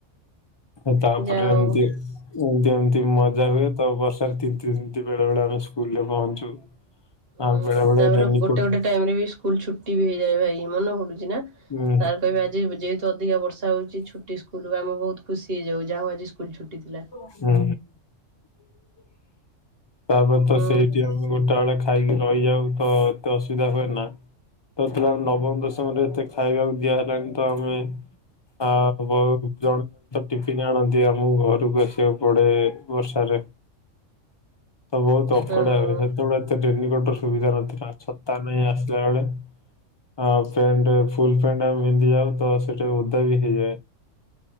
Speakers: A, on the left; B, on the right.
A: ଆଉ ତାପରେ
B: ଯାଉ।
A: ଏମିତି ଏମିତି ଏମିତି ମଜା ହୁଏ ତ ବର୍ଷାରେ ତିନ୍ତି ତିିନ୍ତି ବେଳେ ବେଳେ ଆମେ ସ୍କୁଲ ରେ ପହଞ୍ଚୁ।
B: ଉଁ
A: ଆଉ ବେଳେବେଳେ
B: ତାପରେ
A: ରେନିକୋଟ
B: ଗୋଟେ ଗୋଟେ ଟାଇମ ରେ ବି ସ୍କୁଲ ଛୁଟି ବି ହେଇଯାଏ ଭାଇ ମନେ ପଡୁଛି ନା ସାର୍
A: ହୁଁ
B: କହିବେ ଆଜି ଯେହେତୁ ତ ଅଧିକା ବର୍ଷା ହଉଛି ଛୁଟି ସ୍କୁଲ ଆମେ ବହୁତୁ ଖୁସି ହେଇଯାଉ ଯାହା ହଉ ଆଜି ସ୍କୁଲ ଛୁଟି ଥିଲା।
A: ଉହୁଁ ତାପରେତ
B: ହୁଁ
A: ସେଇଠି ଆମେ ଗୋଟା ବେଳେ ଖାଇ ଖାଇକି ରହିଯାଉ ତ ଏତେ ଅସୁବିଧା ହୁଏ ନା। ତ ଥିଲା ନବମ ଦଶମରେ ଏତେ ଖାଇବାକୁ ଦିଆହେଲାଣିି ତ ଆମେ ଆଁ ବହୁ ଜଣ। ତ ଟିଫିନ୍ ଆଣନ୍ତି ଆମକୁ ଘରକୁ ଆସିବାକୁ ପଡେ ବର୍ଷାରେ। ତ ବହୁତ ଅକ
B: ହଁ
A: ଟାଇମିରେ ସେତେବେଳେ ଏତେ ରେନିକୋଟ ର ସୁବିଧା ନଥିଲା ଛତା ନାଇଁ ଆସିଲା ବେଳେ। ହଁ ପ୍ୟାଣ୍ଟ ଫୁଲ ପ୍ୟାଣ୍ଟ ଆମେ ବିନ୍ଧି ଯାଉ ତ ସେଠା ଓଦା ବି ହେଇଯାଏ।